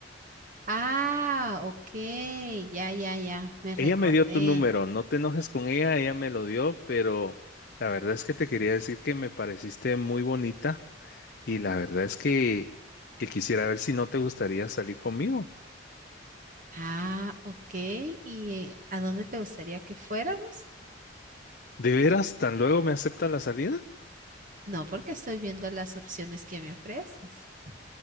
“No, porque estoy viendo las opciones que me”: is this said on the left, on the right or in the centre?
Right